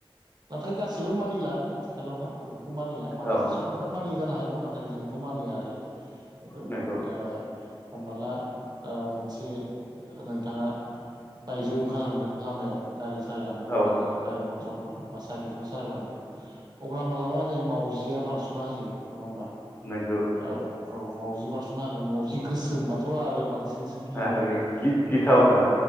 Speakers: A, on the right (about 45°); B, on the left (about 20°).
A: नाथाय गासिबो मानिला। आथिखालावहा बेफोरखौ मानिया माखासे
B: औ
A: सुबुंफ्रा मानियो जानो हागौ नाथाय जोंथ' मानिया आरो बे
B: नंगौ
A: ओ हमना ला ओ मोनसे नोंथाङा बायजोआव ओंखारलांदों लामायाव गारि सालायलांदों नोंथाङा।
B: औ
A: गारि मथरफोर बा साइकेलफोर सालायलांदों। अब्ला मालाबा मा जायो मावजिया बारस'ना होयो नङा होमबा।
B: नंगौ।
A: औ औ मावजि बारस'नो हागोन मावजि गोसोमबाथ' आरो बांसिन सोखियो
B: आरो
A: आरोना
B: गिथावना
A: बे